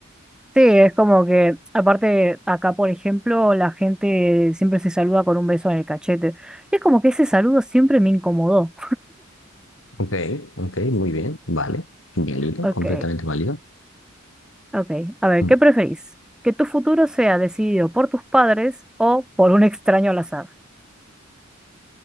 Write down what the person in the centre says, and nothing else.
Sí, es como que, aparte, acá, por ejemplo, la gente siempre se saluda con un beso en el cachete. Y es como que ese saludo siempre me incomodó.
Ok,
ok. A ver,
¿qué preferís? ¿Que tu futuro sea decidido por tus padres o por un extraño al azar?